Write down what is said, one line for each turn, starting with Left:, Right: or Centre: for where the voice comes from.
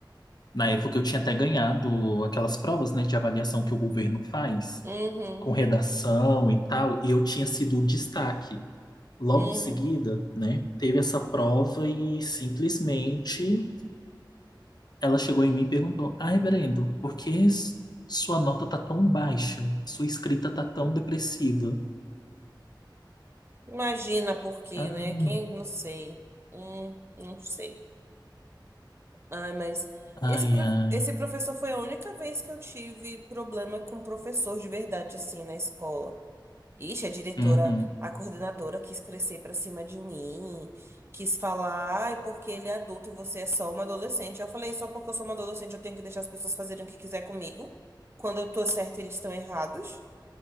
Left: na época eu tinha até ganhado aquelas provas, né, de avaliação que o governo faz,
Right: Uhum.
Left: com redação e tal, e eu tinha sido o destaque. Logo
Right: Uhum.
Left: em seguida, né, teve essa prova e simplesmente ela chegou em mim e perguntou: Ah, reverendo, por que s- sua nota tá tão baixa? Sua escrita tá tão depressiva?
Right: Imagina por quê,
Left: Ah,
Right: né? Quem, não sei. Hum, não sei. Ah, mas
Left: ai,
Right: esse, pro-
Left: ai.
Right: esse professor foi a única vez que eu tive problema com professor de verdade, assim, na escola. Ixi, a diretora,
Left: Uhum.
Right: a coordenadora quis crescer pra cima de mim, quis falar, ah, é porque ele é adulto e você é só uma adolescente. Eu falei, só porque eu sou uma adolescente eu tenho que deixar as pessoas fazerem o que quiser comigo. Quando eu tô certa, eles estão errados.